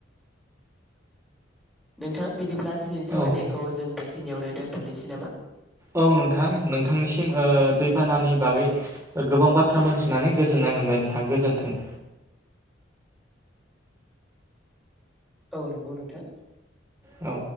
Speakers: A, in the centre; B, on the right (about 15°).
A: नोंथां बिदिब्ला दिनैनि सावरायनायखौ
B: औ
A: जों बेखिनियावनो दोन्थ'नोसै नामा
B: औ नोंथां नोंथांनिसिम ओ दैबानानि बागै गोबां बाथ्रा मोनथिनानै गोजोन नाय मोनबाय नोंथां गोजोनथों
A: औ नंगौ नोंथां
B: औ